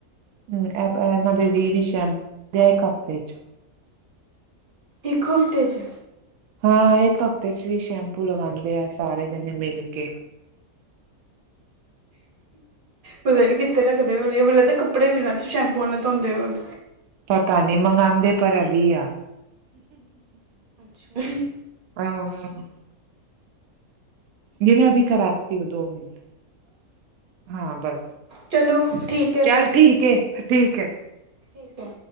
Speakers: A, on the right; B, on the right.
A: ਹੂੰ, ਇਹਨਾਂ ਦੇ ਵੀ ਵੀ ਸ਼ੈਂਪੂ ਇੱਕ ਹਫ਼ਤੇ ਚ।
B: ਇੱਕ ਹਫ਼ਤੇ 'ਚ,
A: ਹਾਂ ਇੱਕ ਹਫ਼ਤੇ ਚ ਵੀ ਸ਼ੈਂਪੂ ਲਗਾਦੇ, ਆ ਸਾਰੇ ਜਣੇ ਮਿਲ ਕੇ।
B: ਪਤਾ ਨੀ ਕਿੱਥੇ ਰੱਖਦੇ ਹੋਣੇ ਮੈਨੂੰ ਲੱਗਦਾ ਕੱਪੜੇ ਵੀ ਨਾਂ ਸ਼ੈਂਪੂਆ ਨਾਲ ਧੋਂਦੇ ਹੋਣ।
A: ਪਤਾ ਨੀ ਮੰਗਵਾਦੇ ਪਰ ਐ ਵੀ ਆ।
B: ਅੱਛਾ,
A: ਆਹੋ ਆਹੋ। ਜ ਮੈਂ ਅਭੀ ਕਰਾਤੀ ਹੁੰ ਦੋ ਮਿੰਟ ਹਾਂ ਬਸ।
B: ਚਲੋ ਠੀਕ, ਹੈ
A: ਚੱਲ
B: ਫਿਰ
A: ਠੀਕ ਏ ਠੀਕ ਹੈ।
B: ਠੀਕ ਹੈ,